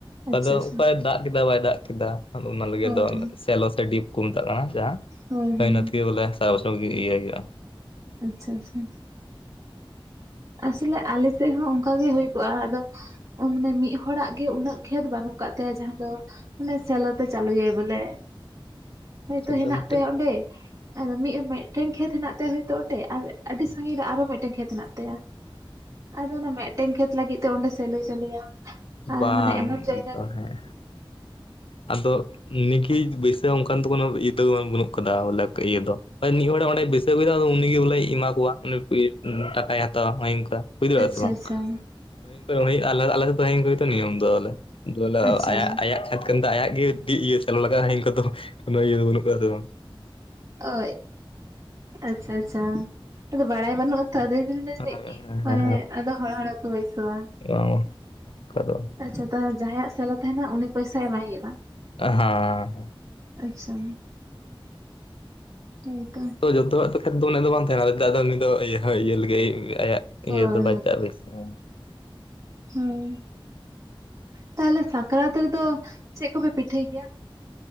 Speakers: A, on the right (about 35°); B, on the left (about 75°).
A: ᱟᱪᱪᱷᱟ
B: ᱟᱫᱚ
A: ᱟᱪᱪᱷᱟ
B: ᱚᱠᱟᱭ ᱫᱟᱜ ᱠᱮᱫᱟ ᱵᱟᱭ ᱫᱟᱜ ᱠᱮᱫᱟ ᱟᱫᱚ ᱚᱱᱟ ᱞᱟᱹᱜᱤᱫ
A: ᱦᱳᱭ
B: ᱫᱚ ᱥᱮᱞᱚ ᱥᱮ ᱰᱤᱯ ᱠᱚ ᱢᱮᱛᱟᱜ ᱠᱟᱱᱟ ᱡᱟᱦᱟᱸ,
A: ᱦᱳᱭ
B: ᱦᱚᱭ
A: ᱦᱳᱭ
B: ᱚᱱᱟ ᱛᱮᱜᱮ ᱵᱚᱞᱮ ᱥᱟᱨᱟ ᱵᱚᱪᱚᱨ ᱜᱮ ᱤᱭᱟᱹ ᱦᱩᱭᱩᱜᱼᱟ᱾
A: ᱟᱪᱪᱷᱟ ᱟᱪᱪᱷᱟ, ᱟᱥᱚᱞᱮ ᱟᱞᱮ ᱥᱮᱫ ᱦᱚᱸ ᱚᱱᱠᱟ ᱜᱮ ᱦᱩᱭ ᱠᱚᱜᱼᱟ ᱟᱫᱚ, ᱩᱱᱱᱮ ᱢᱤᱫ ᱦᱚᱲᱟᱜ ᱜᱮ ᱩᱱᱟᱹᱜ ᱠᱷᱮᱛ ᱵᱟᱹᱱᱩᱜ ᱠᱟᱫ ᱛᱟᱭᱟ ᱡᱟᱦᱟᱸ ᱫᱚ, ᱢᱟᱱᱮ ᱥᱮᱞᱚ ᱛᱮ ᱪᱟᱞᱩᱭᱟᱭ ᱵᱚᱞᱮ᱾ ᱦᱳᱭᱛᱳ
B: ᱪᱮᱫ
A: ᱦᱮᱱᱟᱜ
B: ᱫᱚ ᱢᱤᱫᱴᱮᱱ
A: ᱛᱟᱭᱟ ᱚᱸᱰᱮ, ᱟᱫᱚ ᱢᱤᱫ ᱢᱤᱫᱴᱮᱱ ᱠᱷᱮᱛ ᱦᱮᱱᱟᱜ ᱛᱟᱭᱟ ᱦᱳᱭᱛᱳ ᱚᱸᱰᱮ, ᱟᱹᱰᱤ ᱥᱟᱺᱜᱤᱧ ᱨᱮ ᱟᱨᱦᱚ ᱢᱤᱫᱴᱮᱱ ᱠᱷᱮᱛ ᱦᱮᱱᱟᱜ ᱛᱟᱭᱟ᱾ ᱟᱫᱚ ᱚᱱᱟ ᱢᱮᱫᱴᱮᱱ ᱠᱷᱮᱛ ᱞᱟᱹᱜᱤᱫ ᱛᱮ ᱚᱸᱰᱮ ᱥᱮᱞᱳᱭ ᱪᱟᱹᱞᱩᱭᱟ᱾ ᱟᱨ
B: ᱵᱟᱝ
A: ᱢᱟᱱᱮ ᱮᱢᱚᱱ ᱡᱟᱭᱜᱟ
B: ᱟᱛᱚ
A: ᱨᱮ
B: ᱦᱮᱸ, ᱟᱫᱚ ᱱᱮᱠᱤᱡ ᱵᱟᱹᱭᱥᱟᱹᱣ ᱚᱱᱠᱟᱱ ᱛᱚ ᱠᱳᱱᱳ <inaudible> ᱵᱟᱹᱱᱩᱜ ᱠᱟᱫᱟ ᱵᱚᱞᱮ ᱤᱭᱟᱹ ᱫᱚ <inaudible> ᱱᱤᱭᱟᱹ ᱫᱷᱟᱣ ᱫᱚ ᱩᱱᱤᱜᱮ ᱵᱚᱞᱮ ᱮᱢᱟ ᱠᱚᱣᱟ ᱩᱱᱤ ᱴᱟᱠᱟᱭ ᱦᱟᱛᱟᱣᱟ ᱚᱱᱠᱟ ᱦᱩᱭᱩᱜ
A: ᱟᱪᱪᱷᱟ
B: ᱟᱥᱮ ᱵᱟᱝ?
A: ᱟᱪᱪᱷᱟ
B: ᱦᱩᱭᱩᱜ-ᱟ ᱟᱞ ᱟᱞᱟᱫᱟ ᱱᱤᱭᱚᱢ ᱫᱚ
A: ᱟᱪᱪᱷᱟ
B: ᱟᱭᱟᱜ ᱟᱭᱟᱜ ᱠᱷᱟᱹ, ᱢᱮᱱ ᱫᱚ ᱟᱭᱟᱜ ᱜᱮ ᱫᱤᱭᱟᱹ ᱥᱮᱞ ᱞᱟᱜᱼᱟ ᱤᱧᱫᱚ ᱤᱭᱟᱹ ᱫᱚ ᱵᱟᱹᱱᱩᱜ ᱠᱚᱣᱟ ᱥᱮ ᱵᱟᱝ?
A: ᱳᱭ ᱟᱪᱪᱷᱟ, ᱟᱪᱪᱷᱟ, ᱟᱫᱚ ᱵᱟᱲᱟᱭ ᱵᱟᱹᱱᱩᱜ ᱟᱛᱚ ᱟᱫᱚᱧ ᱢᱮᱱ ᱮᱫᱟ
B: ᱦᱮᱸ
A: ᱡᱟᱹᱱᱤᱡ ᱢᱟᱱᱮ ᱟᱫᱚ ᱦᱚᱲ ᱦᱚᱲ <unintelligible>
B: ᱚ ᱠᱟ ᱫᱚ
A: ᱟᱪᱪᱷᱟ ᱛᱟᱦᱚᱞᱮ ᱡᱟᱦᱟᱸᱭᱟᱜ ᱥᱮᱞᱚ ᱛᱟᱦᱮᱱᱟ ᱩᱱᱤ ᱯᱚᱭᱥᱟ ᱮᱢᱟᱭ ᱦᱩᱭᱩᱜᱼᱟ᱾
B: ᱦᱟᱸ
A: ᱟᱪᱪᱷᱟ ᱦᱳᱭᱛᱚ
B: ᱡᱚᱛᱚᱣᱟᱜ <unintelligible> ᱩᱱᱟᱹᱜ ᱫᱚ ᱵᱟᱝ ᱛᱟᱦᱮᱱᱟ ᱟᱫᱚ ᱩᱱᱤ ᱫᱚ ᱤᱭᱟᱹ ᱦᱚᱸ ᱤᱭᱟ. ᱞᱤᱜᱟᱭᱤᱫ ᱟᱭᱟᱜ
A: ᱦᱳᱭ
B: ᱤᱭᱟᱹ ᱫᱚ ᱵᱟᱭ ᱛᱟᱵ ᱦᱩᱭᱩᱜ ᱛᱟᱢᱟ
A: ᱦᱩᱸ ᱛᱟᱦᱚᱞᱮ ᱥᱟᱠᱨᱟᱛ ᱨᱮᱫᱚ ᱪᱮᱫ ᱠᱚᱯᱮ ᱯᱤᱴᱷᱟᱹᱭ ᱜᱮᱭᱟ?